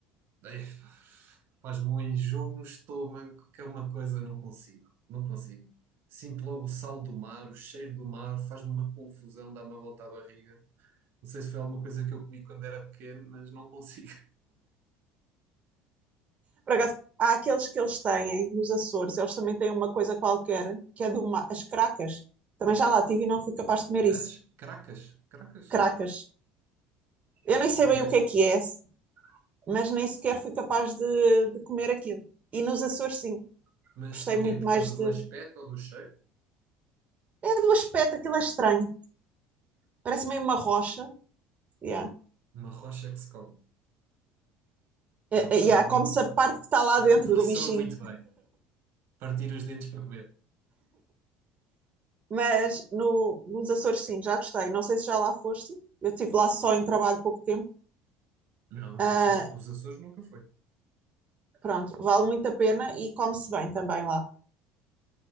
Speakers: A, on the right (about 60°); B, on the right (about 35°).
A: eh, faz-me um enjoo no estômago, que é uma coisa que eu não consigo. Não consigo. Sinto logo o sal do mar, o cheiro do mar, faz-me uma confusão, dá-me a volta à barriga. Não sei se foi alguma coisa que eu comi quando era pequeno, mas não consigo.
B: Por acaso, há aqueles que eles têm nos Açores, eles também têm uma coisa qualquer, que é do mar, as cracas. Também já lá tive e não fui capaz de comer isso.
A: As cracas, cracas,
B: Cracas. Eu nem sei
A: não
B: bem
A: conheço.
B: o que é que é, mas nem sequer fui capaz de, de comer aquilo. E nos Açores, sim,
A: Mas
B: gostei
A: porquê?
B: muito
A: Por
B: mais
A: causa do
B: de.
A: aspecto ou do cheiro?
B: É do aspecto, aquilo é estranho. Parece meio uma rocha. Yeah.
A: Uma rocha que se come. Não
B: E eh,
A: soa
B: yeah,
A: muito.
B: come-se a parte que está
A: <laughs>
B: lá
A: Não
B: dentro do
A: soa
B: bichinho.
A: muito bem. Partir os dentes para comer.
B: Mas no, nos Açores, sim, já gostei. Não sei se já lá foste. Eu estive lá só em trabalho pouco tempo.
A: Não, nos
B: Ah,
A: Açores, os Açores nunca foi.
B: pronto, vale muito a pena e come-se bem também lá.